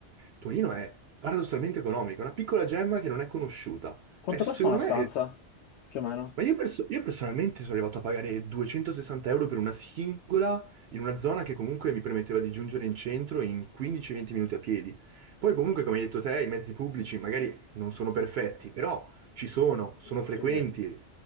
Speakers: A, on the right; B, on the left.
A: Torino è paradossalmente economica, è una piccola gemma che non è conosciuta.
B: Quanto
A: E secondo
B: costa una stanza?
A: me è
B: Più o meno?
A: ma io, perso- io personalmente sono arrivato a pagare 260 euro per una singola in una zona che comunque mi permetteva di giungere in centro in 15-20 minuti a piedi. Poi comunque, come hai detto te, i mezzi pubblici magari non sono perfetti, però ci sono, sono frequenti.
B: Sì.